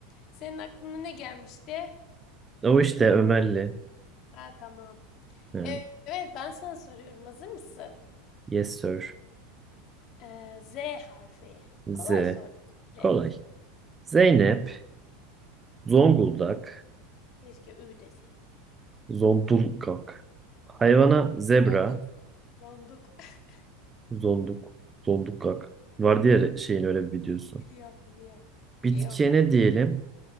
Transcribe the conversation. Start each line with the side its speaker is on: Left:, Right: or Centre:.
Left: Senin aklına ne gelmişti?
Right: O işte Ömerli.
Left: Ha tamam.
Right: Ha,
Left: Evet ben sana soruyorum. Hazır mısın?
Right: yes sir.
Left: Eee, Z harfi.
Right: Z.
Left: Kolay sordum. kabul
Right: Kolay.
Left: et.
Right: Zeynep. Zonguldak,
Left: Keşke ü deseydim.
Right: Zondullgak. Hayvana
Left: <laughs>
Right: zebra,
Left: Donduk. Donduk. <laughs>
Right: zonduk, zondullgak. Var diğer şeyin öyle bir videosu.
Left: Biliyorum, biliyorum. Biliyorum.
Right: Bitkiye ne diyelim?